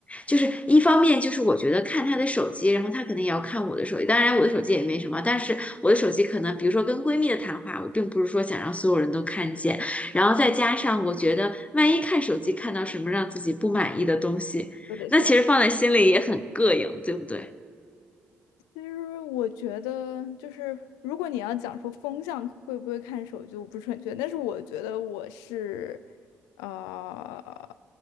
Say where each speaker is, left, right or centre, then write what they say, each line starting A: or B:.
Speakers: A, on the left (about 20°); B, on the left (about 85°).
A: 就是一方面，就是我觉得看他的手机，然后他肯定也要看我的手机。当然，我的手机也没什么，但是我的手机可能，比如说跟闺蜜的谈话，我并不是说想让所有人都看见。然后再加上，我觉得万一看手机看到什么让自己不满意的东西。
B: 都得先。
A: 那其实放在心里也很膈应，对不对？
B: 其实我觉得，就是如果你要讲说风向会不会看手机，我不是很确定。但是我觉得我是，呃，